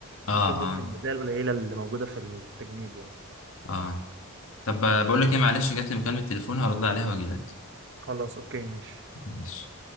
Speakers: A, on the left; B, on the right.
A: اه
B: ممكن دي
A: اه
B: من المزايا القليله اللي موجوده في التجنيد يعني
A: اه طب بقول لك ايه معلش جات لي مكالمة تليفون هرد عليها واجي لك
B: خلاص اوكي ماشي
A: ماشي